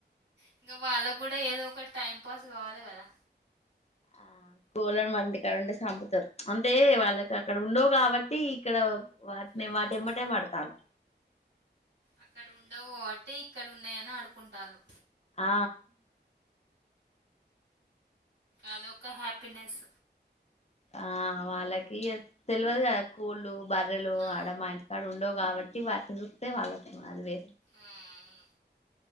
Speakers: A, on the right; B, on the left.
A: ఇంగ వాళ్ళకు కూడా ఏదో ఒకట్ టైం పాస్ కావాలే కదా
B: ఆ కోలన మంటికాడుంటే సంపుతరు అంటే వాళ్ళకి అక్కడ ఉండవు కాబట్టి ఇక్కడ వాటిని
A: అదే
B: వాటేమ్మటే
A: అదేలే
B: పడుతాల్లు
A: అక్కడ ఉండవు కాబట్టి ఇక్కడ ఉన్నాయని అడుకుంటల్లు
B: ఆ
A: అదొక్క హ్యాపీనెస్
B: ఆ వాళ్ళకి ఇగ తెలియదు కదా కోళ్లు బర్రెలు
A: ఆ
B: ఆడమా ఇం కడుండవు కాబట్టి వాటిని చూస్తె వాళ్ళక్ అది వే
A: ఆ అవును